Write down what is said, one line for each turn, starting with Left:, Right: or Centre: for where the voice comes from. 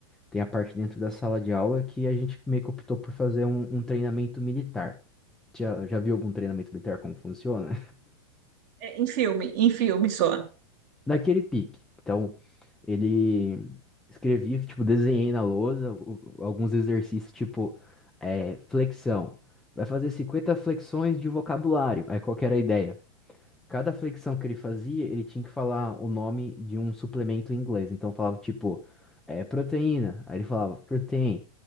Centre: tem a parte dentro da sala de aula que a gente meio que optou por fazer um, um treinamento militar. Já, já viu algum treinamento militar como funciona?
Right: É, em filme, em filme só.
Centre: <laughs> Daquele pique. Então, ele escrevi, tipo, desenhei na lousa o- alguns exercícios, tipo, é, flexão. Vai fazer 50 flexões de vocabulário. Aí qual que era a ideia? Cada flexão que ele fazia, ele tinha que falar o nome de um suplemento em inglês. Então falava tipo, é, proteína. Aí ele falava protein,